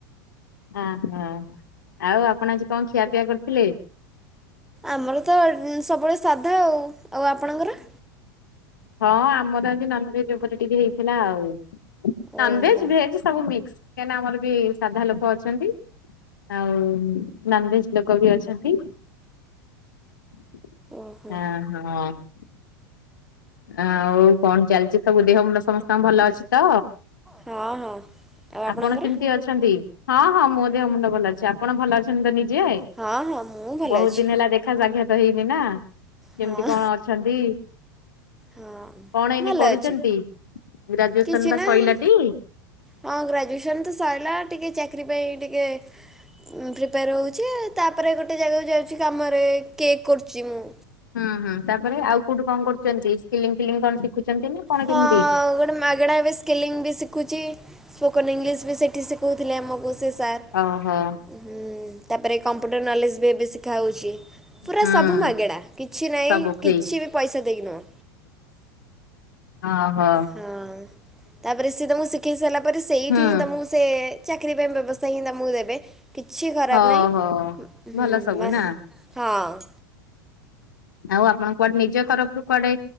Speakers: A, on the left; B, in the centre.
A: ଅହୋ ଆଉ ଆପଣ ଆଜି କଣ ଖିଆ ପିଆ କରିଥିଲେ?
B: ଆମର ତ ସବୁବେଳେ ସାଧା ଆଉ। ଆଉ ଆପଣଙ୍କର?
A: ହଁ ଆମର ଆଜି ନନ୍ଭେଜ ଉପରେ ଟିକେ ହେଇଥିଲା ଆଉ। ନନଭେଜ
B: ଓହୋ
A: ଭେଜ ସବୁ ମିକ୍ସ କାହିଁନା ଆମର ବି ସାଧା ଲୋକ ଅଛନ୍ତି। ଆଉ ନନଭେଜ ଲୋକ ବି ଅଛନ୍ତି। ହଁ
B: ଓହୋ
A: ହଁ। ଆଉ କଣ ଚାଲିଛି ସବୁ ଦେହ ମୁଣ୍ଡ ସମସ୍ତଙ୍କ ଭଲ ଅଛି ତ?
B: ହଁ ହଁ। ଆଉ ଆପଣଙ୍କର
A: ଆପଣ କେମିତି ଅଛନ୍ତି? ହଁ ହଁ ମୋ ଦେହ ମୁଣ୍ଡ ଭଲ ଅଛି ଆପଣ ଭଲ ଅଛନ୍ତି ତ ନିଜେ
B: ହଁ ହଁ ମୁଁ ଭଲ
A: ବହୁତ
B: ଅଛି
A: ଦିନ ହେଲା ଦେଖ ଖା ସାଖ୍ୟାତ ହେଇନି ନା କେମତି
B: ହଁ।
A: କଣ ଅଛନ୍ତି?
B: ହଁ।
A: କଣ ଏଇନେ
B: ଭଲ
A: କରୁଛନ୍ତି
B: ଅଛି।
A: ଗ୍ରାଜୁଏସନ
B: କିଛି
A: ବା
B: ନାହିଁ
A: ସରିଲାଟି?
B: ହଁ ଗ୍ରାଜୁଏସନ୍ ତ ସରିଲା ଟିକେ ଚାକିରି ପାଇଁ ଟିକେ ହୁଁ ପ୍ରିପେୟାର ହେଉଛି ତା ପରେ ଗୋଟେ ଜାଗାକୁ ଯାଉଛି କାମରେ କେକ୍ କରୁଛି ମୁଁ।
A: ହୁଁ ହୁଁ ତାପରେ ଆଉ କୋଉଠି କଣ କରୁଛନ୍ତି ସିଲିଙ୍ଗ ଫିଲିଙ୍ଗ କଣ ଶିଖୁଛନ୍ତି ନା? କଣ
B: ହଁ
A: କେମିତି?
B: ଗୋଟେ ମାଗେଣା ଏବେ ସ୍କିଲିଙ୍ଗ ବି ଶିଖୁଛି ସ୍ପୋକନ ଇଂଲିଶ ବି ସେଠି ଶିଖ କହୁଥିଲେ ଆମକୁ ସେ ସାର୍।
A: ଓହୋ
B: ହୁଁ ତାପରେ କମ୍ପ୍ୟୁଟର ନଲେଜ ବି ଏବେ ଶିଖାହୋଉଛି। ପୁରା
A: ହୁଁ
B: ସବୁ ମାଗେଣା କିଛି ନାହିଁ
A: ସବୁ ଫ୍ରି
B: କିଛି ବି ପଇସା ଦେଇକି ନୁହଁ।
A: ଓହୋ।
B: ହଁ ତାପରେ ସିଏ ତମକୁ ଶିଖେଇ ସାରିଲା ପରେ ସେଇଠି
A: ହୁଁ
B: ହିଁ ତମକୁ ସେ ଚାକିରୀ ପାଇଁ ବ୍ୟବସ୍ଥା ହିଁ ତମକୁ ଦେବେ। କିଛି ଖରାପ
A: ଓହୋ
B: ନାହିଁ
A: ଭଲ
B: ହୁଁ
A: ସବୁ
B: ବା
A: ନା?
B: ହଁ।
A: ଆଉ ଆପଣ କୁଆଡେ ନିଜ ତରଫରୁ କୁଆଡେ